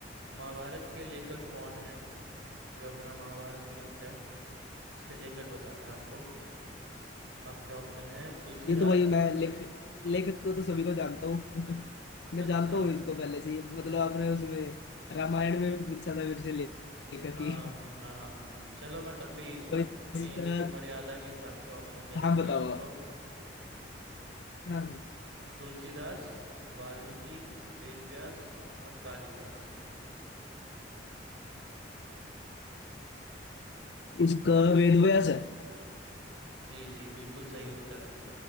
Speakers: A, on the right (about 85°); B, on the left (about 65°).
A: महाभारत के लेखक कौन है जो अपना महाभारत ग्रंथ है उसके लेखक बताना है आपको आपके ऑप्शन है तुलसीदास
B: ये तो भाई मैं लेख लेखक को तो सभी को जानता हूँ <laughs> मैं
A: अच्छा
B: जानता हूँ इसको पहले से ही मतलब आपने उसमें रामायण में भी पूछा था मेरे से ले- लेखक
A: हाँ
B: की
A: हाँ हाँ चलो मैं तब भी
B: <laughs> तो इसका
A: गेम की मर्यादा के हिसाब से ऑप्शन दे देता
B: हाँ बताओ
A: हूँ आपको
B: आप हाँ हाँ
A: तुलसीदास वाल्मीकि वेद व्यास और कालिदास
B: उसका वेद व्यास है
A: जी जी बिल्कुल सही उत्तर है